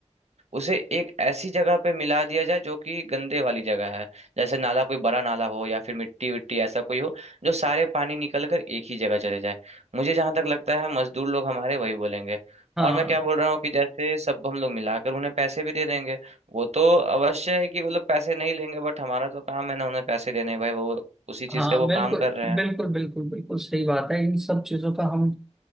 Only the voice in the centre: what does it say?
हाँ
हाँ
बिल्कुल
बिल्कुल बिल्कुल बिल्कुल सही बात है इन सब चीजों का हम